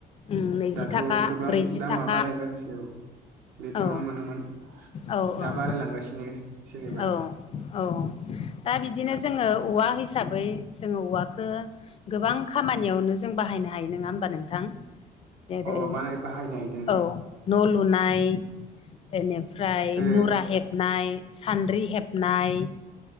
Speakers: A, on the left (about 35°); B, on the right (about 80°).
A: उम नैजि
B: दाथ'
A: थाखा
B: गोबां
A: ब्रैजि
B: दामा
A: थाखा
B: बारायबासिनो औ बेफोरावनो
A: औ
B: मोनोमोन
A: औ औ
B: दा बारायलांगासिनो। जेनेबा
A: औ औ दा बिदिनो जोंङो औवा हिसाबै जोंङो औवाखौ गोबां खामानियावनो जों बाहायनो हायो नोंङा होनबा नोंथां? जेरै
B: अ बानाय बाहायनो नागिरदों नोंथां
A: औ न' लुनाय बेनिफ्राय
B: ओ
A: मुरा हेबनाय सान्द्रि हेबनाय